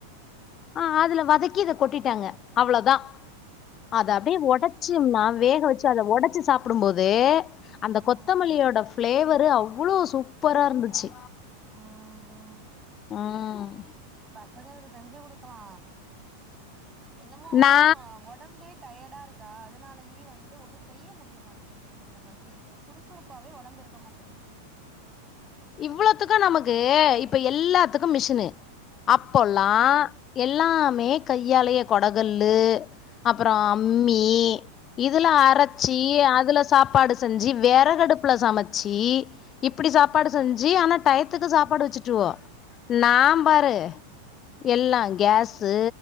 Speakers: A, on the left; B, on the right.
A: ஆ அதுல வதக்கி இத கொட்டிட்டாங்க அவ்ளதா அத அப்டியே ஒடச்சிம்னா வேக வச்சு அதை ஒடச்சி சாப் ப்புடும் போது
B: பசங்களுக்கு
A: அந்த கொத்தமல்லியோட ஃப்ளேவரு அவ்ளோ சூப்பரா இருந்துச்சி
B: ஆ ஆ
A: ம்
B: பசங்களுக்கு செஞ்சு கொடுக்கலா என்னமோ
A: நா
B: ஒட் ஒடம்பே டயடா இருக்கா அதனாலயே வந்து ஒன்னு செய்ய முடிய மாட்டேங்குது முன்ன மாதிரி ஒரு சுறுசுறுப்பாவே ஒடம்பு இருக்க மாட்டது
A: இவ்ளத்துக்கு நமக்கு இப்ப எல்லாத்துக்கு மிஷினு அப்போல்லா எல்லாமே கையாலையே கொடகல்லு அப்பற அம்மி இதுல அரச்சி அதுல சாப்பாடு செஞ்சி வெறகடுப்புல சமச்சி இப்படி சாப்பாடு செஞ்சு ஆனா டயத்துக்கு சாப்பாடு வச்சுட்டுவோ நாம் பாரு எல்லா கேஸு